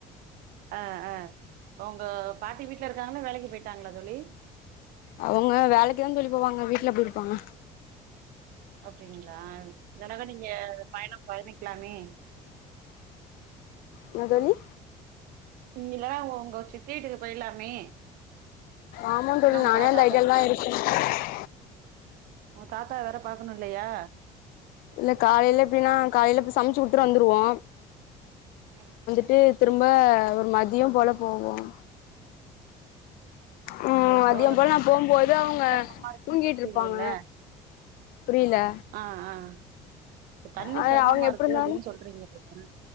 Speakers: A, on the right; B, on the left.
A: ஆ ஆ உங்க பாட்டி வீட்ல இருக்காங்ளா வேலைக்கு போய்டிட்டாங்களா தோழி
B: அவுங்க வேலைக்குதா தோழி போவாங்க வீட்ல எப்டி இருப்பாங்க
A: அப்டிங்களா இந்தடவ நீங்க பயணம் பயணிக்கலாமே
B: என்ன தோழி
A: இங்க இல்லைனா உங்க சித்தி வீட்டுக்கு போய்லாமே
B: ஆமா தோழி
A: உங்க
B: நானே
A: தாத்தா
B: அந்த
A: பாத்து
B: <inaudible>
A: உன் தாத்தா வேற பாக்கணும் இல்லையா
B: இல்ல காலையில எப்டின்னா காலையில போய் சமைச்சு குடுத்துட்டு வந்துருவோ
A: ம்
B: விட்டு திரும்ப ஒரு மதியம் போல போவோம் ம்
A: இல்ல இப்போ
B: மதியம் போல நான் போகும்போது அவங்க
A: சிரமமா இருக்குன்னு
B: தூங்கிட்டு
A: சொல்றீங்கல்ல
B: இருப்பாங்க புரில
A: ஆ ஆ இப்ப தண்ணி
B: அ
A: செரமமா
B: அவங்க எப்டி
A: இருக்கு
B: இருந்தாலு
A: அப்டின்னு சொல்றீங்கல்ல